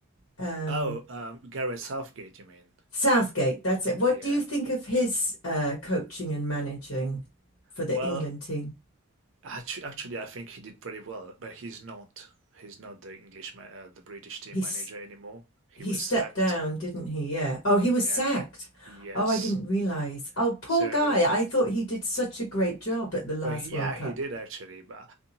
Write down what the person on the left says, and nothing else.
Um,
Southgate, that's it. What
do you think of his uh, coaching and managing for
the England team?
He's
He
stepped
down, didn't he? Yeah. Oh, he was
sacked.
Oh, I didn't realize. Oh, poor
guy. I thought he did such a great job at the last
World
Cup.